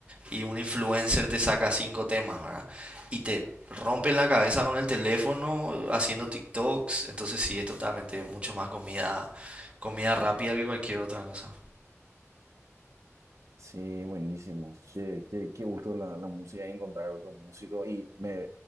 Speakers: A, on the right; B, on the right.
A: y un influencer te saca cinco temas, ¿verdad? Y te rompen la cabeza con el teléfono haciendo TikToks, entonces sí, es totalmente mucho más comida, comida rápida que cualquier otra cosa.
B: Sí, buenísimo. Qué, qué, qué gusto la, la música y encontrar otro músico. Y me,